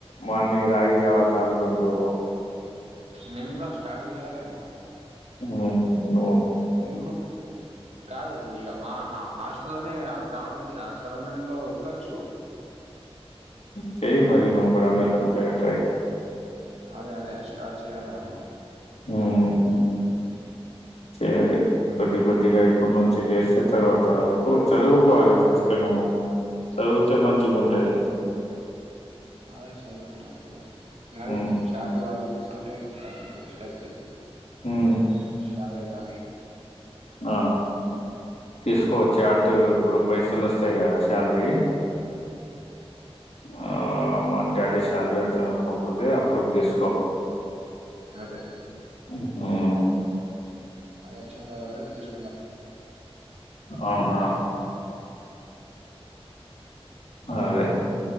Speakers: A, on the left; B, on the right.
A: మ అంగ్ రగి జావాత ఆగండు
B: నేను కూడా స్టార్ట్ చేయాలేమో
A: ఉమ్
B: ఎందుకు కాదు ఇక మా హాస్ అస్తునే ఆ గ్రౌండ్ ఉంది ఆ సరౌండింగ్ లో ఉరకొచ్చు
A: స మరి నుూ కూడాడ మల మల క టై
B: అదే అదే స్టార్ట్ చేయాలమ
A: ఉమ్ చే అ కొద్ది కొద్దిగాయి ఇప్పడు నుంచి చేసే తర్వాత వరకు చదువుకోవాలి ఫస్ట్ నువ్వు చదివితే మంచిగాంటది
B: సదే చదువుతు నా చదు అదే
A: మ్మ్
B: నవ చాట్ ఆవి తీసుకుంటే ఇంకా అపి ఇష్ట అవుతుంది
A: మ్మ్
B: ఎ రాదే రానే
A: హా తీసుకోవచ్చు అటు ఇప్పుడు పైసలు వస్తాయి కదా సల్రి ఆ మరి డాడీ సాలరి వచ్చ పంపద ఒకాటి థెస్కో
B: అదే
A: ఉమ్
B: అదేచ్చిన తీస్
A: అవునా అదే